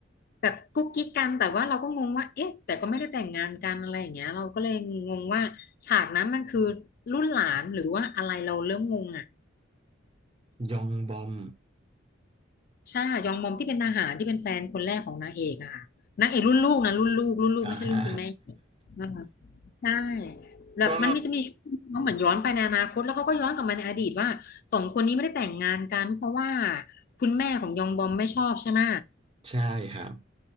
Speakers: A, on the left (about 50°); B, on the right (about 30°).
A: แบบกุ๊กกิ๊กกันแต่ว่าเราก็งงว่าเอ๊ะแต่ก็ไม่ได้แต่งงานกันอะไรอย่างเงี้ยเราก็เลยงงว่าฉากนั้นมันคือรุ่นหลานหรือว่าอะไรเราเริ่มงงอะ
B: ยองบอม
A: ใช่ค่ะยองบอมที่เป็นทหารที่เป็นแฟนคนแรกของนางเอกอะค่ะนางเอกรุ่นลูกนะรุ่นลูกรุ่นลูกไม่ใช่รุ่นคุณแม่
B: อ่าฮะ
A: น่ารักใช่แบบมันมีจะมีช่วงที่เขาเหมือนย้อนไปในอนาคตแล้วเขาก็ย้อนกลับมาในอดีตว่าสองคนนี้ไม่ได้แต่งงานกันเพราะว่า
B: <laughs> ก็
A: คุณแม่ของยองบอมไม่ชอบใช่ไหม
B: ใช่ครับ